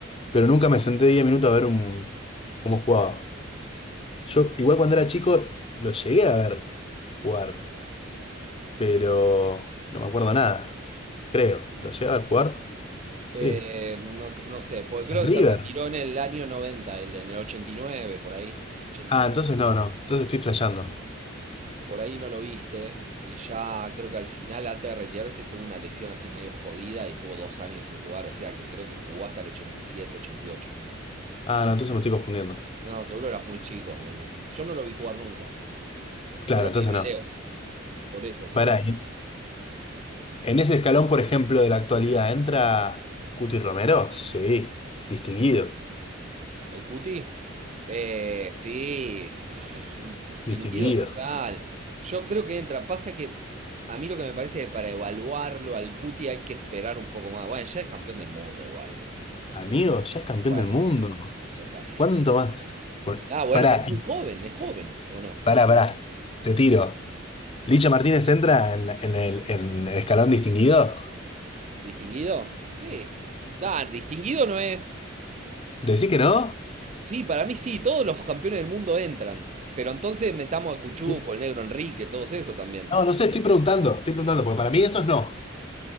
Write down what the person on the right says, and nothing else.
Eh, no, no sé, pues creo
que
se retiró en el año 90, el- en el 89 por ahí. 89,
90.
Por ahí no lo viste. Y ya creo que al final, antes de retirarse, tuvo una lesión así medio jodida y estuvo dos años sin jugar. O sea que creo que jugó hasta el 87, 88. ponele.
No, seguro eras muy chico. Muy, muy- Yo no lo vi jugar nunca. Solo
vi videos.
Por eso, solo
vi-
el cuti. Eh, sí, pff, distinguido
total. Yo creo que entra. Pasa que a mí lo que me parece es que para evaluarlo al cuti hay que esperar un poco más. Bueno, ya es campeón del mundo igual, ¿no?
Bueno,
ya está.
Ah, bueno,
pero es muy
joven, es joven, ¿o no?
El Cuti.
¿Distinguido? Sí. Ah, distinguido no es.
Sí, para mí sí, todos los campeones del mundo entran. Pero entonces metamos a Cuchufo,
el Negro Enrique, todos eso también.